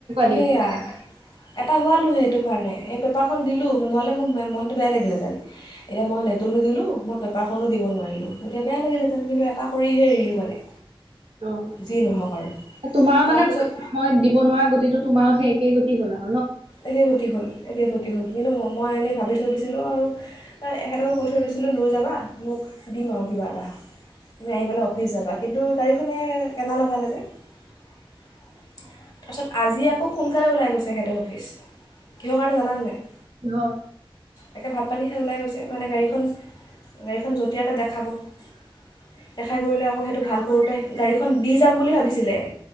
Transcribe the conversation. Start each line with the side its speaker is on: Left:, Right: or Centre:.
Left: সেয়া
Right: দিগদাৰ
Left: এটা হোৱালো সেইটো কাৰণে পেপাৰখন দিলোঁ নহ'লে মোৰ মনটো বে লাগিলেতেন এতিয়া মই নেটো নিদিলোঁ মই পেপাৰখনো দিব নোৱাৰোঁ <unintelligible> তেতিয়া বেয়া লাগিলেঁতেন কিন্তু এটা কৰিহে এৰিলোঁ মানে
Right: অ
Left: যি নহওক আৰু
Right: তোমাৰো
Left: তাৰপিছত
Right: মানে পইচা মই দিব নোৱাৰা গতিটো <unintelligible> তোমাৰ সে একেই গতি হ'ল আও
Left: একেই গতি হ'ল একেই গতি হ'ল কিন্তু ম মই এনেই ভাবি থৈ দিছিলোঁ আৰু এখেতকো কৈ থৈ দিছিলোঁ লৈ যাবা মোক <unintelligible> দিম আৰু কিবা এটা তুমি আহি পেলাই অফিচ যাবা কিন্তু গাড়ীখনে কেনালগালে যে <unintelligible> তাৰপিছত আজি আকৌ সোনকালে ওলাই গৈছে এখেতেৰ অফিচ কিহৰ কাৰণে নাজিনো <unintelligible> নাই
Right: হয়
Left: একে ভাত পানী খাই ওলাই গৈছে মানে গাড়ীখন গাড়ীখন যটীয়াতে দেখাব <unintelligible> দেখাই কৰিলে আকৌ সেইটো ভাল কৰোঁতে গাড়ীখন দি যাম বুলি ভাবিছিলে <unintelligible>